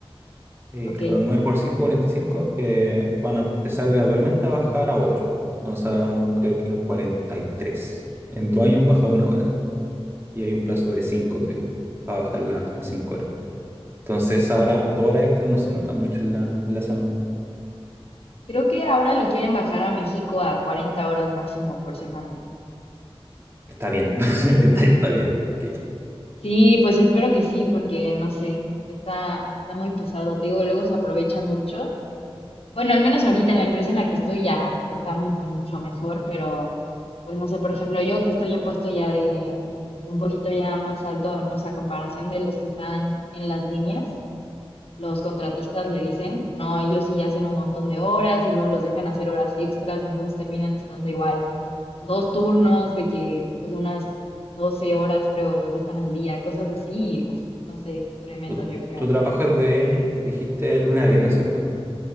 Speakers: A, on the right; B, on the left.
A: Eh,
B: Ok,
A: claro, 9 por 5, 45, eh, van a empezar gradualmente a bajar a 8. Entonces ahora vamos creo que en 43. En dos años han bajado una hora y hay un plazo de 5, creo para bajar la- las 5 horas. Entonces ahora dos horas extras no se nota mucho en la, en la semana.
B: creo que ahora lo quieren bajar a México a 40 horas máximo por semana.
A: Está bien, <laughs> está, está bien porque
B: Sí, pues espero que sí, porque no sé, está, está muy pesado, te digo, luego se aprovechan mucho. Bueno, al menos ahorita en la empresa en la que estoy ya está mu- mucho mejor, pero pues no sé, por ejemplo, yo que estoy en puesto ya de, pues un poquito ya más alto, no sé, a comparación de los que están en las líneas, los contratistas le dicen, no, ellos sí hacen un montón de horas y luego los dejan hacer horas extras, entonces terminan estando igual dos turnos de que pues unas 12 horas creo los dejan al día, cosas así, y, uf, no sé, tremendo
A: tu,
B: yo creo.
A: tu trabajo es de, dijiste, lunes a viernes, ¿cierto?